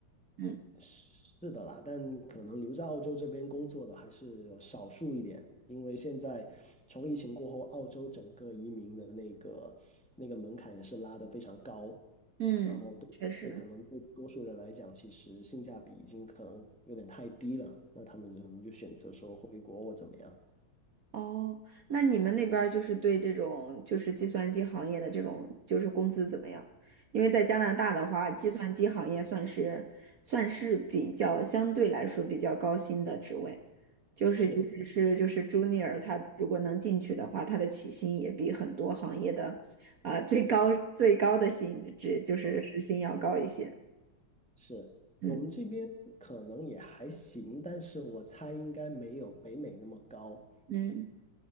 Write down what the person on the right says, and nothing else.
嗯。
嗯，
确实。
哦，那你们那边儿就是对这种就是计算机行业的这种就是工资怎么样？因为在加拿大的话，计算机行业算是算是比较相对来说比较高薪的职位，就是即使是就是
junior，他如果能进去的话，他的起薪也比很多行业的啊、最高最高的薪职就是时薪要高一些。
嗯
嗯